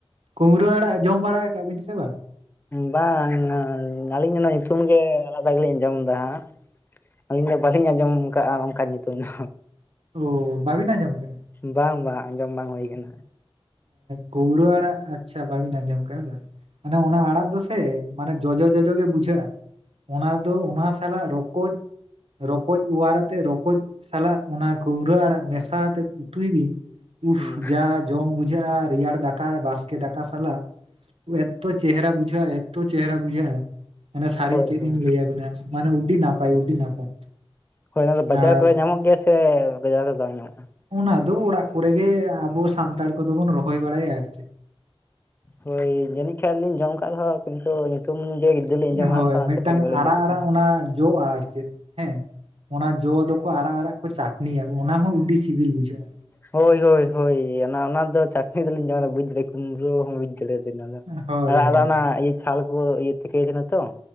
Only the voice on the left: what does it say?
ᱵᱟᱝ ᱟᱹᱞᱤᱧ ᱚᱱᱟ ᱧᱩᱛᱩᱢ ᱜᱮ ᱟᱞᱟᱫᱟ ᱜᱮᱞᱤᱧ ᱟᱸᱡᱚᱢ ᱮᱫᱟ ᱦᱟᱸᱜ᱾ ᱟᱹᱞᱤᱧ ᱫᱚ ᱵᱟᱹᱞᱤᱧ ᱟᱸᱡᱚᱢ ᱟᱠᱟᱫᱼᱟ ᱚᱱᱠᱟᱱ ᱧᱩᱛᱩᱢ ᱫᱚ᱾
ᱵᱟᱝ ᱵᱟᱝ ᱟᱸᱡᱚᱢ ᱵᱟᱝ ᱦᱩᱭ ᱟᱠᱟᱱᱟ᱾
ᱦᱩᱸ
ᱦᱳᱭ
ᱦᱳᱭ
ᱦᱳᱭ ᱚᱱᱟ ᱫᱚ ᱵᱟᱡᱟᱨ
ᱠᱚᱨᱮ ᱧᱟᱢᱚᱜ ᱜᱮᱭᱟ ᱥᱮ ᱵᱟᱡᱟᱨ ᱨᱮ ᱵᱟᱝ ᱧᱟᱢᱚᱜᱼᱟ
ᱦᱳᱭ ᱡᱟᱹᱱᱤᱡ ᱠᱷᱟᱱ ᱡᱚᱢ ᱟᱠᱟᱫ ᱨᱮᱦᱚᱸ ᱠᱤᱱᱛᱩ ᱧᱩᱛᱩᱢ ᱞᱤᱧ ᱟᱸᱡᱚᱢ
ᱟᱠᱟᱫ ᱛᱚ ᱚᱱᱟᱛᱮ
ᱴᱷᱤᱠ ᱵᱟᱹᱞᱤᱧ
ᱞᱟᱹᱭ ᱫᱟᱲᱮᱭᱟᱜ
ᱠᱟᱱᱟ
ᱦᱳᱭ ᱦᱳᱭ ᱦᱳ ᱚᱱᱟ ᱚᱱᱟ ᱫᱚ ᱪᱟᱴᱱᱤ ᱫᱚᱞᱤᱧ ᱡᱟᱢᱟ ᱵᱩᱡ ᱫᱟᱲᱮ ᱠᱩᱢᱵᱽᱲᱩ ᱦᱚᱸ ᱵᱩᱡ ᱫᱟᱲᱮᱭᱟᱫᱱᱟᱫᱚ
ᱟ
ᱚᱱᱟ ᱤᱭᱟᱹ ᱪᱷᱟᱞ ᱠᱚ ᱤᱭᱟᱹ ᱴᱷᱤᱠᱟᱹᱭ ᱛᱟᱦᱮᱱᱟ ᱛᱚ